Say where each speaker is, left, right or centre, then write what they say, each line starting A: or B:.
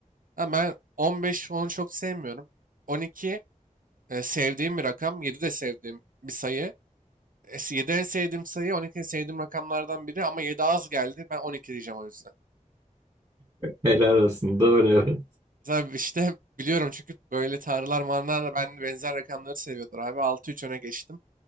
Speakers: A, on the right; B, on the right.
A: Ha, ben 15 onu çok sevmiyorum. 12 e, sevdiğim bir rakam. yedi de sevdiğim bir sayı. 7 en sevdiğim sayı 12 en sevdiğim rakamlardan biri ama 7 az geldi. Ben 12 diyeceğim o yüzden.
B: Helal olsun. Doğru evet.
A: Zaten işte biliyorum çünkü böyle tanrılar manlar da ben benzer rakamları seviyordur abi. altı üç öne geçtim.